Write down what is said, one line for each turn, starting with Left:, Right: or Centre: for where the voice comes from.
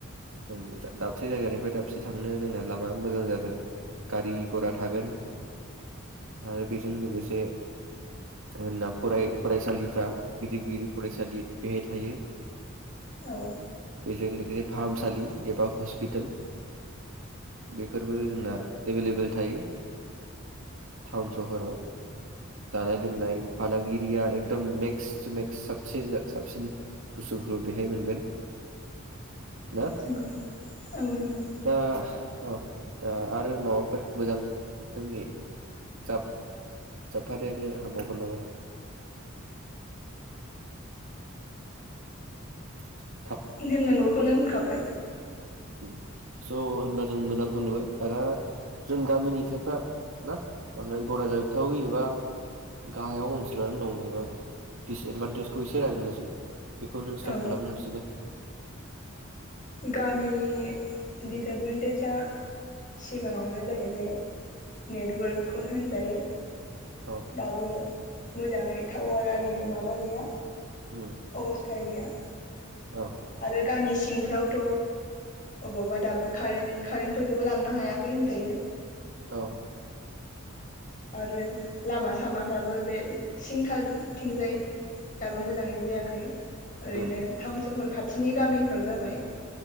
Right: जों दाबसे जायगानिफ्राय दाबसे थांनो जोंना लामा मोजां जागोन गारि घरा थागोन आरो बेजों लोगोसे जोंना फरायसालिफ्रा गिदिर गिदिर फरायसालि बेहाय थायो।
Left: औ
Right: बेजों लोगोसे फाहामसालि एबा हस्पिताल बेफोरबो जोंना एभेलेबेल थायो टाउन सहराव जानाय लोंनाय फालांगिरिया एकदम मेक्स टु मेक्स स साबसिन बुस्थुखौ बेहाय मोनगोन। ना
Left: नंगौ औ नंगौ
Right: दा औ दा आरो माबाफोर मोजां नोंनि जाब जाबफादेरनो हाबावगोन नामा? <inaudible>
Left: होननांगौखौनो होनखाबाय ।
Right: उम स' होनबा जों मोजांखौनो नुबाय दाना जों गामिनि खायफा ना बांद्राय गनायजाथावि एबा गाहायाव ओनसोलानानै दं एबा डिसएदभानटेजखौ एसे रायज्लायनोसै । बेखौ नों स्टार्ट
Left: औ
Right: खालामनो हासिगो ।
Left: गामिनि डिसएदभान्टेज आ सिगाङावनो जाहैबाय नेटवर्कखौनो होनजायो ।
Right: औ
Left: दाबो मोजाङै टावार आरिनि माबा गैया
Right: उम
Left: अबस्था गैया ।
Right: औ
Left: आरो गामि सिं सिंफ्रावथ अबावबा दाबो कारेन-कारेनफोरखौबो लांनो हायाखै होनजायो ।
Right: औ
Left: आरो लामा सामाफ्राबो बे सिंथाथिंजाय दाबो मोजाङै जायाखै । ओरैनो
Right: उम
Left: टाउन सहर खाथिनि गामिफ्राव जाबाय ।